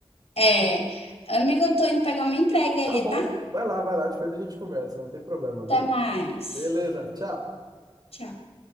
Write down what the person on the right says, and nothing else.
Tá
bom,
vai lá, vai lá, depois a gente conversa, não tem problema,
viu?
Beleza, tchau.